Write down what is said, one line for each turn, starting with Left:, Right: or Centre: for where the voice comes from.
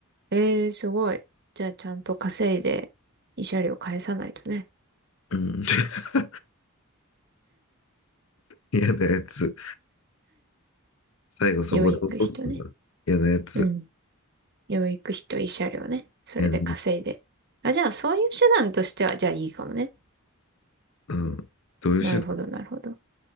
Right: ええすごい。じゃあ、ちゃんと稼いで、慰謝料返さないとね。
Left: うん。<laughs> 嫌なやつ。最後そこで落とすんだ。
Right: 養育費とね。
Left: 嫌なやつ。
Right: うん。養育費と慰謝料ね。それで稼いで。
Left: 嫌なやつ。
Right: あ、じゃあ、そういう手段としては、じゃあいいかもね。
Left: うん。どういう手段
Right: なるほど、なるほど。